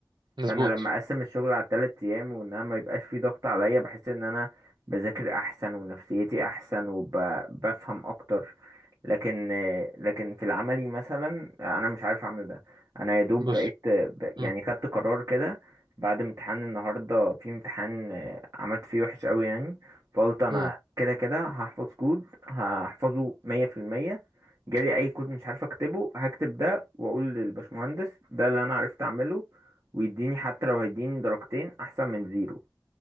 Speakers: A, on the right; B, on the right.
A: مظبوط
B: فانا لما اقسم الشغل على ثلاث ايام وان انا ما يبقاش في ضغط عليا بحس ان انا بذاكر احسن ونفسيتي احسن وبفهم اكتر لكن لكن في العملي مثلا انا مش عارف اعمل ده انا يا دوب
A: بص
B: بقيت ب- يعني
A: مم.
B: خدت قرار كده بعد امتحان النهارده في امتحان عملت فيه وحش قوي يعني فقلت انا
A: مم.
B: كده كده هحفظ كود هحفظه مية في المية جالي اي كود مش عارف اكتبه هكتب ده واقول للبشمهندس ده اللي انا عرفت اعمله ويديني حتى لو هيديني درجتين احسن من زيرو